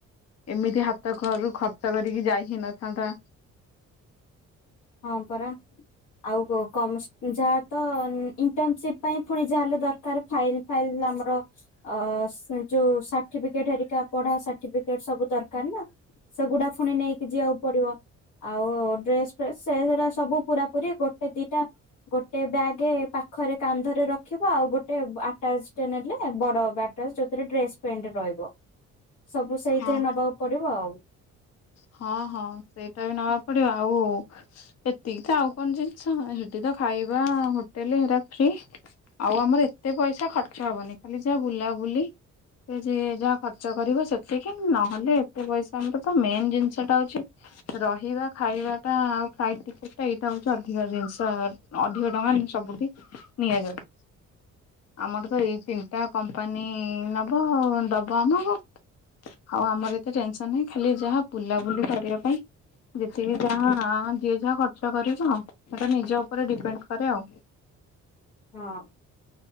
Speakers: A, on the left; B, on the left.
A: ଏମିତି ହାତ ଘରୁ ଖର୍ଚ୍ଚ କରିକି ଯାଇ ହେଇ ନଥାନ୍ତା।
B: ହଁ ପରା। ଆଉ କ କମ ଯାହା ତ ଇଣ୍ଟନସିପ ପାଇଁ ପୁଣି ଯାହା ହେଲେ ଦରକାର ଫାଇଲ। ଫାଇଲ ଲ ଆମର ଅ ଯୋଉ ସାର୍ଟିଫିକେଟହେରିକା ପଢା ସାର୍ଟିଫିକେଟ ସବୁ ଦରକାର ନା? ସେଗୁଡା ଫୁଣି ନେଇକି ଯିବାକୁ ପଡିବ, ଆଉ ଡ୍ରେସ ସେ ସବୁ ପୁରାପୁରି ଗୋଟେ ଦିଟା ଗୋଟେ ବ୍ୟାଗ୍ ପାଖରେ କାନ୍ଧରେ ରଖିବ ଆଉ ଗୋଟେ ଆଟାଚଟେ ନେଲେ ବଡ ବ୍ୟାଗ୍। ଯୋଉଥିରେ ଡ୍ରେସ୍ ପେଣ୍ଟ ରହିବ ସବୁ ସେଇଥିରେ
A: ହଁ।
B: ନବାକୁ ପଡିବ ଆଉ।
A: ହଁ, ହଁ ସେଇଟା ବି ନବାକୁ ପଡିବ ଆଉ। ଏତିକି ତ ଆଉ କଣ ଜିନିଷ ସେଠି ତ ଖାଇବା ହୋଟେଲ ହେରା ଫ୍ରି। ଆଉ ଆମର ଏତେ ପଇସା ଖର୍ଚ୍ଚ ହବନି ଖାଲି ଯାହା ବୁଲାବୁଲି। ସେ ଯେ ଯାହା ଖର୍ଚ୍ଚ କରିବ ସେତିକି ନହେଲେ ଏତେ ପଇସା ଆମର ତ ମେନ୍ ଜିନିଷ ଜିନିଷଟା ହଉଛି ରହିବା ଖାଇବା ଟା ଆଉ ଫ୍ଲାଇଟ ଟିକେଟ ଟା ଏଇଟା ହଉଛି ଅଧିକା ଜିନିଷ। ଅଧିକ ଟଙ୍କା ସବୁଠି ନିଆଯାଏ। ଆମର ତ ଏଇ ତିନିଟା କମ୍ପାନୀ ନବ ଦବ ଆମକୁ। ଆଉ ଆମର ଏତେ ଟେନସନ ନାହିଁ ଖାଲି ଯାହା ବୁଲାବୁଲି କରିବା ପାଇଁ। ଯେତିକି ଯାହା ଯିଏ ଯାହା ଖର୍ଚ୍ଚ କରିବ ସେଟା ନିଜ ଉପରେ ଡିପେଣ୍ଡ କରେ ଆଉ।
B: ହଁ